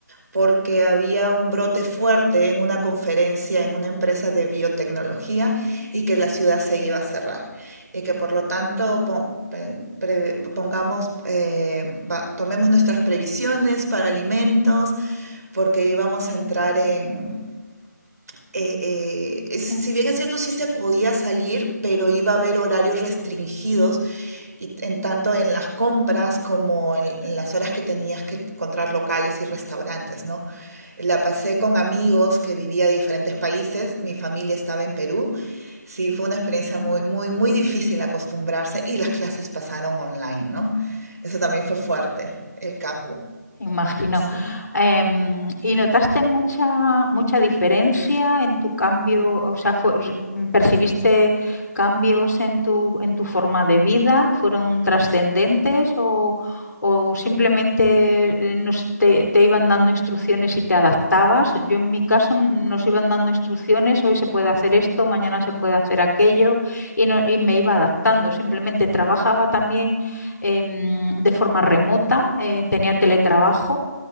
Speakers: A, on the right (about 65°); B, on the left (about 75°).
A: porque había un brote fuerte en una conferencia en una empresa de biotecnología y que la ciudad se iba a cerrar y que por lo tanto pon- pe- pre- pongamos, eh, va- tomemos nuestras previsiones para alimentos porque íbamos a entrar en... eh, eh, es- si
B: En-
A: bien es cierto, sí se podía salir, pero iba a haber horarios restringidos y en tanto en las compras como en, en las horas que tenías que encontrar locales y restaurantes, ¿no? La pasé con amigos que vivía de diferentes países, mi familia estaba en Perú. Sí, fue una experiencia muy, muy, muy difícil acostumbrarse y las clases pasaron online, ¿no? Eso también fue fuerte, el cambio.
B: Imagino.
A: Sí.
B: Em, ¿y notaste mucha, mucha diferencia en tu cambio? O sea, fue- mm, ¿percibiste cambios en tu, en tu forma de vida? ¿Fueron trascendentes o, o simplemente eh, nos- te, te iban dando instrucciones y te adaptabas? Yo en mi caso mm, nos iban dando instrucciones, hoy se puede hacer esto, mañana se puede hacer aquello y, no- y me iba adaptando. Simplemente trabajaba también eh, de forma remota, eh, tenía teletrabajo